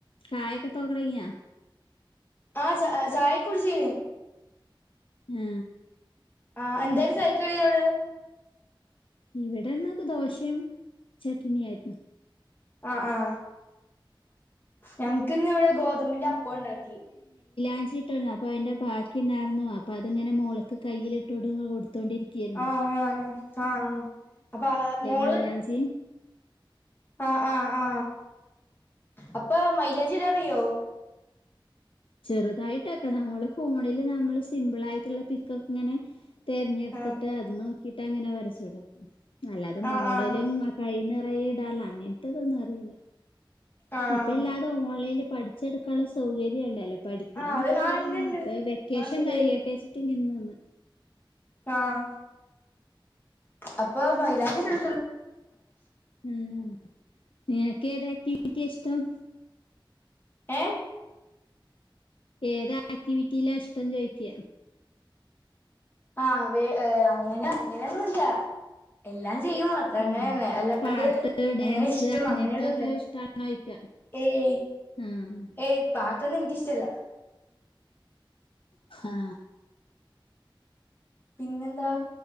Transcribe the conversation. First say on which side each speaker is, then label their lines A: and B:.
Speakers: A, on the left (about 80°); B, on the left (about 25°).
A: കായൊക്കെ <unintelligible>
B: ആ ച ചായൊക് കുടിച്ചിന്‌
A: മ്മ്
B: ആ എന്തെയ്നു ചായക് കടിയവടെ?
A: ഇവിടന്നക്കെ ദോശേമ് ചട്നിയാരുന്നു.
B: ആ ആ ഞക്കിന്നിവിടെ ഗോതമ്പിന്റെ അപ്പോണ്ടാക്കി.
A: ഞ്ചി ഇട്ടിരു <unintelligible> അപ്പോ അതിന്റെ ബാക്കിണ്ടരുന്നു അപ്പൊ അതിങ്ങെ മോൾക്ക് കയ്യിലിട്ട്ടു കൊടു ത്തോണ്ടിരികയ്‌ര്ന്നു
B: ആഹ് ആഹ് അഹ് അപ്പൊ അ മോള്
A: മെയിലാഞ്ചി
B: ആ ആ ആ അപ്പൊ മൈലാഞ്ചിട അറിയോ
A: ചെറുതായിട്ടൊക്കെ നമ്മള് ഫോണില് നമ്മള് സിമ്പിളയിട്ടുള്ള ത്ത്ങ്ങനെ തെര്ഞ്ഞെട്ത്തിട്ട്
B: ആഹ്
A: അത് നോക്കിട്ട് അങ്ങനെ വരച്ച ചട അല്ലാതെ
B: ആഹ്
A: മോഡലും
B: ആഹ്
A: ആ കൈന്ന് യ്യി ടാർ അങ്ങനെത്തതൊന്നും അറിയില്ല.
B: ആഹ്
A: ഇപ്പൊ ഇല്ലാതു ഓൺലൈല് പഠിച്ചെടുക്കാള്ള സൗകര്യം ഉണ്ടല്ലോ പഠിക്കണം
B: ആഹ്
A: എന്നൊക്കെ
B: അത് ആഹ്
A: ആഗ്രഹണ്ട്
B: ഇണ്ട് ഇണ്ട്
A: ഇപ്പൊ വെക്കേഷൻ
B: ആഹ് ശരിയാ
A: കഴിയട്ടെ ച്ചിട്ട് നിന്നു. ഉം
B: ആഹ അപ്പൊ മൈലാഞ്ചി <inaudible>
A: ഉം നിനക്ക് ഏത് ആക്ടിവിറ്റി യാ ഇഷ്ടം
B: എ
A: ഏതാ ആക്ടിവിറ്റിയിലാ ഇഷ്ടം ചോയ്ക്യ
B: ആഹ് വേ ഹ് അങ്ങനെ അങ്ങനെഒന്നുല്ല എല്ലാം ചെയ്യും അത്രന്നെ
A: ഉം
B: ന്നെ അല്ലാണ്ട്
A: പാട്ട്, ഡാൻസ്
B: ങ്ങനെ ഇഷ്ടം
A: അങ്ങനത്തൊക്കെ
B: അങ്ങനെയൊന്നുല്ല
A: ഇഷ്ടാണോയിക്ക
B: ഏയ്‌
A: ആഹ്
B: ഏയ്‌ പാ ത്തൊന്നും എനിക്കിഷ്ടല്ല.
A: ആ
B: പിന്നെന്താ?